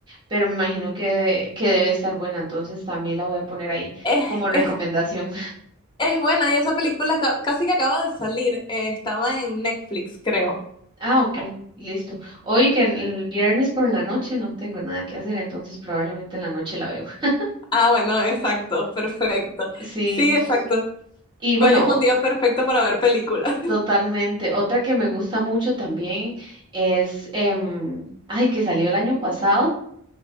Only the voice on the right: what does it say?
pero me imagino que, que debe estar buena, entonces también la voy a poner ahí
como recomendación.
Ah, ok, listo. Hoy que en- el viernes por la noche no tengo nada que hacer, entonces probablemente en la noche la veo. <laughs>
Sí,
y bueno,
o-
totalmente. Otra que me gusta mucho también es, em, ay, que salió el año pasado,